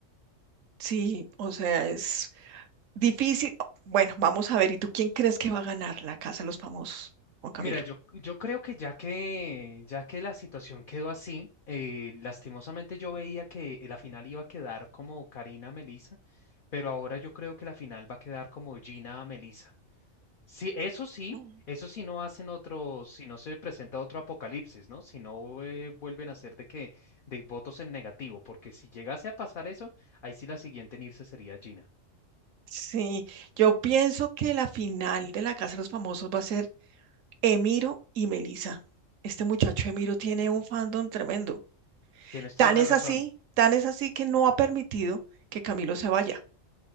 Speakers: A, on the right; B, on the left.
A: sí, o sea, es difícil. Bueno, vamos a ver, ¿y tú quién crees que va a ganar la Casa de los Famosos, Juan Camilo?
B: Mira, yo, yo creo que ya que, ya que la situación quedó así, eh, lastimosamente yo veía que la final iba a quedar como Karina Melissa, pero ahora yo creo que la final va a quedar como Gina Melissa. Sí, eso sí,
A: Mm.
B: eso sí no hacen otro, si no se presenta otro apocalipsis, ¿no? Si no eh, vuelven a hacer de que, de votos en negativo, porque si llegase a pasar eso, ahí sí la siguiente en irse sería Gina.
A: Sí, yo pienso que la final de la Casa de los Famosos va a ser Emiro y Melissa. Este muchacho Emiro tiene un fandom tremendo.
B: Tienes toda
A: Tan
B: la
A: es
B: razón.
A: así, tan es así que no ha permitido que Camilo se vaya,